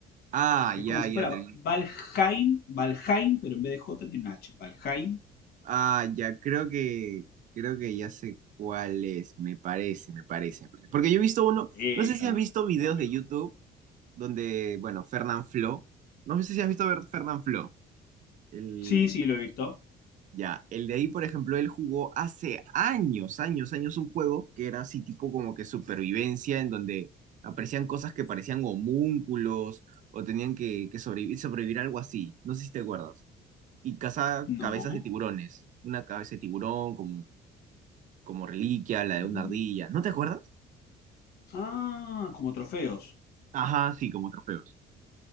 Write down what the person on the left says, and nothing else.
Es
como si
fuera
Valheim, Valheim, pero en vez de J tiene un H. Valheim.
Eh,
está,
está bueno.
Sí, sí, lo he visto.
No.
Mm.
Ah, como trofeos.